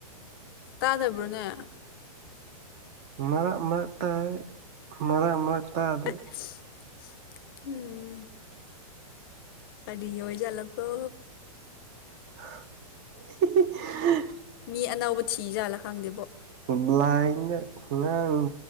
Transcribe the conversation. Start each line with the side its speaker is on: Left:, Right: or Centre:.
Left: ꯇꯥꯗꯕ꯭ꯔꯣꯅꯦ
Right: ꯃꯔꯛ ꯃꯥꯛ ꯇꯥꯏ ꯃꯔꯛ ꯃꯔꯛ ꯇꯥꯗꯦ
Left: <inaudible> ꯍꯝ ꯀꯔꯤ ꯑꯣꯏꯖꯥꯂꯒꯣ
Right: <unintelligible>
Left: ꯃꯤ ꯑꯅꯧꯕ ꯊꯤ ꯖꯥꯜꯂꯥ ꯈꯪꯗꯦꯕꯣ
Right: ꯕ꯭ꯂꯥꯏꯟꯗ ꯉꯥꯡ